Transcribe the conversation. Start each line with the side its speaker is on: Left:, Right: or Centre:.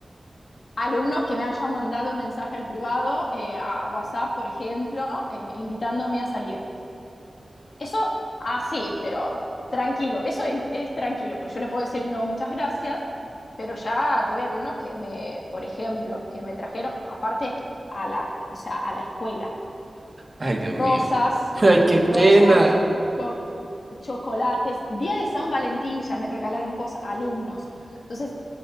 Left: alumnos que me hayan mandado mensaje al privado, eh, a WhatsApp, por ejemplo, eh, invitándome a salir. Eso, así, pero tranquilo, eso en- es tranquilo, porque yo le puedo decir no, muchas gracias, pero ya tuve alumnos que me, por ejemplo, que me trajeron, aparte a la, o sea, a la escuela,
Right: Ay, Dios
Left: rosas,
Right: mío. <laughs> Ay, qué
Left: rosas,
Right: pena.
Left: cho- chocolates, día de San Valentín ya me regalaron cosas, alumnos. Entonces,